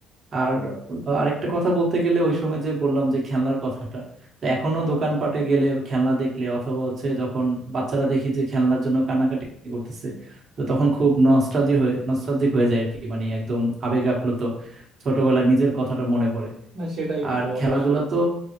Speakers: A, on the right (about 50°); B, on the right (about 70°).
A: আর আরেকটা কথা বলতে গেলে ওই সময় যে বললাম যে খেলনার কথাটা তো এখনো দোকানপাটে গেলে খেলনা দেখলে অথবা হচ্ছে যখন বাচ্চারা দেখি যে খেলনার জন্য কান্নাকাটি করতেছে তো তখন খুব নস্টালজি হয়ে নস্টালজিক হয়ে যায় আর কি মানে একদম আবেগ আপ্লুত ছোটবেলার নিজের কথাটা মনে পড়ে
B: না সেটাই বন্ধু
A: আর খেলাধুলা
B: অবশ্যই
A: তো